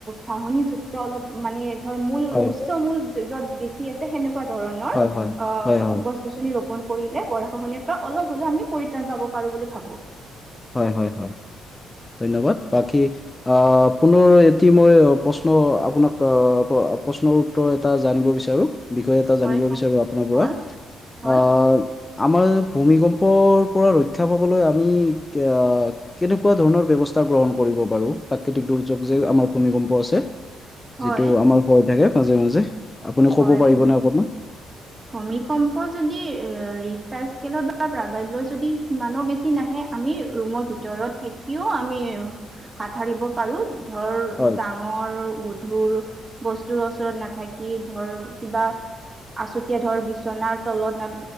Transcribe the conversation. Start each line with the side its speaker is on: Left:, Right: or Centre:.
Right: ঘাহনি যুক্ত অলপ মানে ধৰ মূল
Left: হয়
Right: গুচ্চ
Left: হয়
Right: মূল য'ত বেছি আছে সেনেকুৱা ধৰণৰ
Left: হয়, হয়,
Right: অ'
Left: হয়, হয়।
Right: গছ গছনি ৰোপন কৰিলে গৰাখহনীয়া পৰা অলপ হ'লেও আমি পৰিত্ৰাণ পাব পাৰোঁ বুলি ভাবোঁ।
Left: হয়, হয়, হয়। ধন্যবাদ, বাকী আহ পুনৰ এটি মই প্ৰশ্ন আপোনাক প্ৰশ্নৰ উত্তৰ এটা জানিব বিচাৰোঁ? বিষয়ে এটা জানিব
Right: হয় ক
Left: বিচাৰোঁ আপোনাৰ পৰা
Right: হয় হয়
Left: আহ আমাৰ ভূমিকম্পৰ পৰা ৰক্ষা পাবলৈ আমি কে কেনেকুৱা ধৰণৰ ব্যৱস্থা গ্ৰহণ কৰিব পাৰোঁ। প্ৰাকৃতিক দুৰ্যোগ যে আমাৰ ভূমিকম্প আছে।
Right: হয়
Left: যিটো, আমাৰ হৈ থাকে মাজে মাজে আপুনি ক'ব
Right: হয়,
Left: পাৰিবনে
Right: ভূমি
Left: অকণমান?
Right: ভূমিকম্প যদি ৰি্টাৰ স্কেলত বা প্ৰাবাল্য যদি সিমানো বেছি নাহে, আমি ৰুমৰ ভিতৰত থাকি টোৰ আমি হাত সাৰিব পাৰোঁ। ধৰ
Left: হয়,
Right: ডাঙৰ, গধুৰ বস্তুৰ ওচৰত নাথাকি। ধৰ কিবা আছুতীয়া ধৰ বিচনাৰ তলত ন